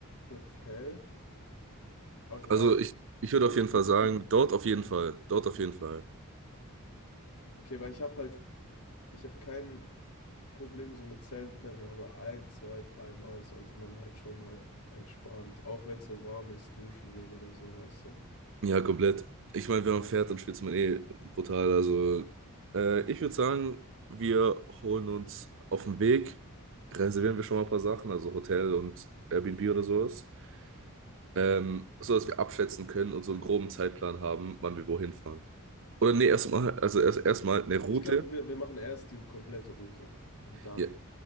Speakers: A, on the left; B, on the right.
A: Hotel? Also,
B: Also
A: weil.
B: ich, ich würde
A: ich,
B: auf jeden Fall
A: ich,
B: sagen,
A: ich,
B: dort auf jeden Fall. Dort auf jeden Fall.
A: okay, weil ich habe halt, ich habe kein Problem so mit Selpen, aber ein, zwei, dreimal sollte man halt schon mal entspannt, auch wenn es so warm ist, duschen gehen oder so, weißt du?
B: Ja, komplett. Ich meine, wenn man fährt, dann schwitzt man eh brutal. Also äh, ich würde sagen, wir holen uns auf dem Weg, reservieren wir schon mal ein paar Sachen, also Hotel und Airbnb oder sowas. Ähm, so dass wir abschätzen können und so einen groben Zeitplan haben, wann wir wohin fahren. Oder nee, erstmal, also erst erstmal eine Route.
A: Ich glaube, wir, wir machen erst die komplette Route und dann.
B: Ja,